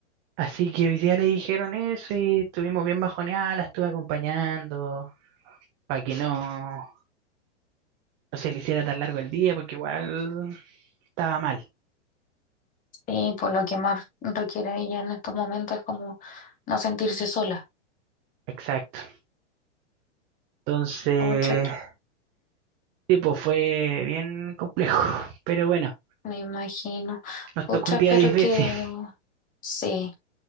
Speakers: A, on the right; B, on the left.
A: Así que hoy día le dijeron eso y estuvimos bien bajoneadas, la estuve acompañando para que no, no se le hiciera tan largo el día, porque igual estaba mal.
B: Y por lo que más requiere ella en estos momentos es como no sentirse sola.
A: Exacto. Entonces,
B: Ocho
A: tipo fue bien complejo, <laughs> pero bueno,
B: me imagino.
A: nos
B: Pucha,
A: tocó un día
B: espero
A: difícil.
B: que
A: <laughs>
B: sí,